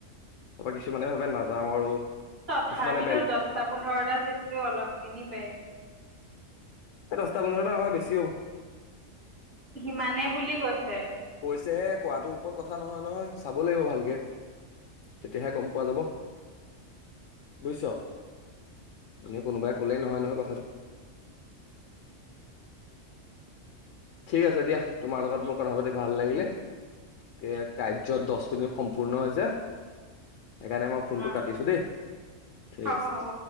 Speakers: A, on the left (about 75°); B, on the right (about 65°).
A: কিছুমানে ভাবে নাযাওঁ আৰু।
B: তথাপিতো
A: কিছুমানে বেলেগ
B: দচটা পোন্ধৰটা চিতটো অলপ তিনিবে।
A: এই দচটা পোন্ধৰটা নহয় বেছি হ'ব।
B: সিমানে বুলি কৈছে।
A: কৈছেহে কোৱাটোৰ ওপৰত কথা নহয়, নহয় চাব লাগিব ভালকে। তেতিয়াহে গম পোৱা যাব। বুজিছ'। এনেই কোনোবাই কলেই নহয় নহয় কথাটো। ঠিক আছে দিয়া, তোমাৰ লগত মোৰ কথা পাতি ভাল লাগিলে। এ, কাৰ্যত দচ মিনিট সম্পূৰ্ণ হৈছে। সেইকাৰণে মই ফোনটো
B: আহ
A: কাতিছো দেই। ঠিক
B: হ'ব
A: আছে
B: হ'ব।